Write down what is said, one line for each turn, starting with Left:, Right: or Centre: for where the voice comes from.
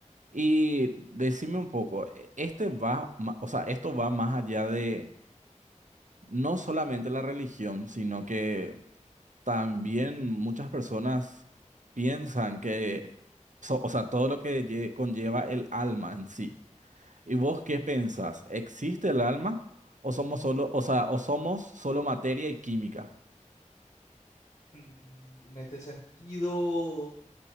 Right: Y decime un poco, e- este va, ma- o sea, esto va más allá de no solamente la religión, sino que También muchas personas piensan que, so- o sea, todo lo que lle- conlleva el alma en sí. ¿Y vos qué pensás? ¿Existe el alma o somos solo, o sea, o somos solo materia y química?
Left: Mm, En este sentido,